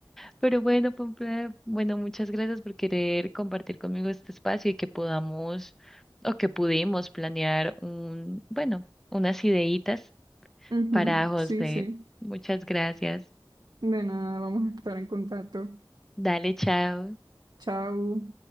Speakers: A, in the centre; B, on the right (about 50°).
A: Pero bueno, Pompey, bueno, muchas gracias por querer compartir conmigo este espacio y que podamos o que pudimos planear un, bueno, unas ideitas
B: Ujú,
A: para José.
B: Sí, sí.
A: Muchas gracias.
B: De nada, vamos a estar en contacto.
A: Dale, chao.
B: Chao.